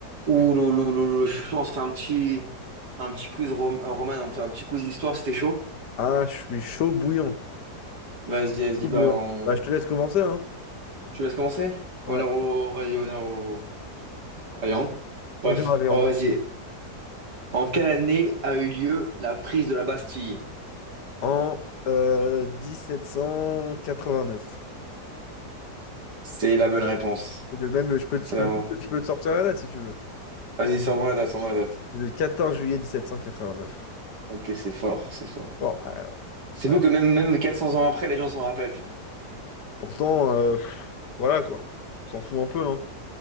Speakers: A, on the right; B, on the left.
A: Ouh, là là là là, je suis chaud, on se fait un petit, un petit quiz rom- euh, Roman, on fait un petit quiz d'histoire, c'était chaud.
B: Ah, je suis chaud bouillant.
A: Vas-y,
B: Je suis
A: vas-y,
B: chaud
A: bah
B: bouillant.
A: on-
B: Bah, je te laisse commencer, hein.
A: tu me laisses commencer?
B: Ouais,
A: Honneur au... Vas-y, honneur au... Alexandre. Bref,
B: honneur à Léandre.
A: oh, vas-y. En quelle année a eu lieu la prise de la Bastille?
B: En euh, 1789.
A: C'est la bonne réponse.
B: C'est le même, le- je peux,
A: C'est
B: je peux,
A: la...
B: même- je peux te sortir la date si tu veux.
A: Vas-y, sors-moi la date, sors-moi la date.
B: C'est le 14 juillet 1789.
A: Ok, c'est fort, c'est fort.
B: Bon, euh,
A: C'est
B: ouais.
A: fou
B: ouais.
A: que même, même 400 ans après, les gens s'en rappellent, tu vois.
B: Pourtant, euh, pff, voilà quoi. On s'en fout un peu, hein.